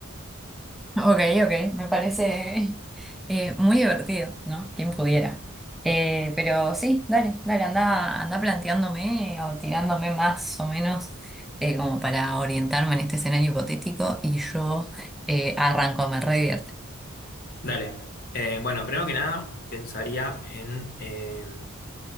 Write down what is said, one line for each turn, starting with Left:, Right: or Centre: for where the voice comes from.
Centre: Ok, ok, me parece eh, muy divertido, ¿no? Quien pudiera. Eh, pero sí, dale, dale, anda, anda planteándome o tirándome más o menos eh, como para orientarme en este escenario hipotético y yo eh, arranco, me re divierte.
Left: Dale. Eh, bueno, primero que nada, pensaría en... eh,